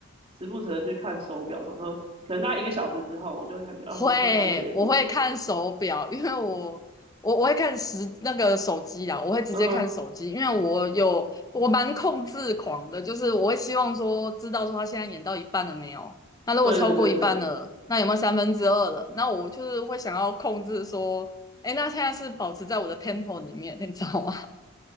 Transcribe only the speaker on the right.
时不时的去看手表，想说可能大概一个小时之后，我就会感觉啊，什么时候才会结束？
<laughs> 嗯，
对对对对，